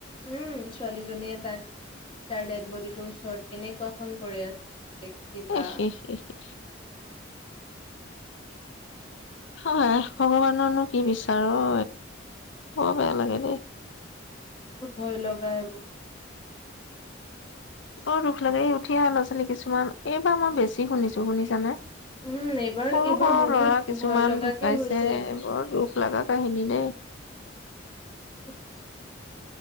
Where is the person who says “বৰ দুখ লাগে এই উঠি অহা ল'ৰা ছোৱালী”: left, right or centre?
Left